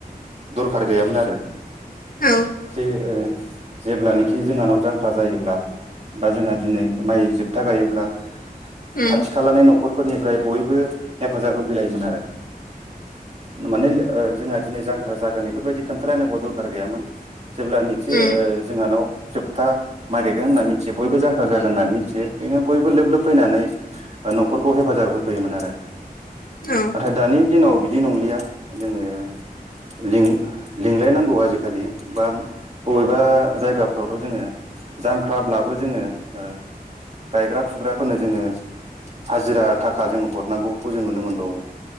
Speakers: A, on the right; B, on the left.
A: दरखार गैयामोन आरो
B: औ
A: जे ओ जेब्लानोखि जोंहानाव जांख्रा जायोब्ला बा जोंहा दिनै माइ जोबथा गायोब्ला
B: उम
A: खाथि खालानि न'खर फोरनिफ्राय बयबो हेफाजाब होफैलायोमोन आरो माने ओ जोंहा दिनै जांख्रा जागोन बेफोरबायदि खोनथालायनांगौ दरखार गैयामोन जेब्ला निखि
B: उम
A: ओ जोंहानाव जोबथा माय गायगोन होन्नानै मिथियो बयबो जांख्रा जागोन होननानै मिथियो बेनो बयबो लोब लोब फैनानै ओ न'खरखौ हेफाजाब होफैयोमोन आरो।
B: औ
A: नाथाय दानि दिनाव बिदि नंलिया जोङो लिं लिंलायनांगौ आजिखालि बा बबेबा जायगाफ्रावथ' जोङो जांख्राब्लाबो जोङो ओ गायग्रा फुग्राफोरनो जोङो हाजिरा थाखा जों हरनांगौखौ जों नुनो मोनबावो।